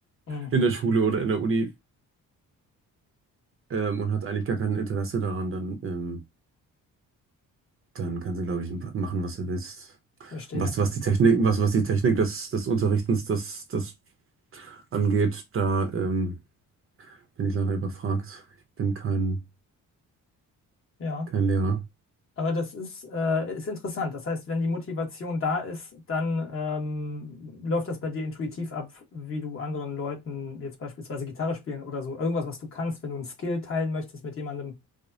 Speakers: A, on the left (about 40°); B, on the right (about 40°).
A: Mhm.
B: in der Schule oder in der Uni ähm, und hat eigentlich gar kein Interesse daran, dann, ähm, dann kann sie, glaube ich, machen, was sie willst.
A: Verstehe.
B: Was, was die Technik, was, was die Technik des, des Unterrichtens das, das angeht, da ähm, bin ich leider überfragt. Ich bin kein,
A: Ja.
B: kein Lehrer.
A: Aber das ist, äh, ist interessant. Das heißt, wenn die Motivation da ist, dann ähm, läuft das bei dir intuitiv ab, wie du anderen Leuten jetzt beispielsweise Gitarre spielen oder so. Irgendwas, was du kannst, wenn du einen Skill teilen möchtest mit jemandem,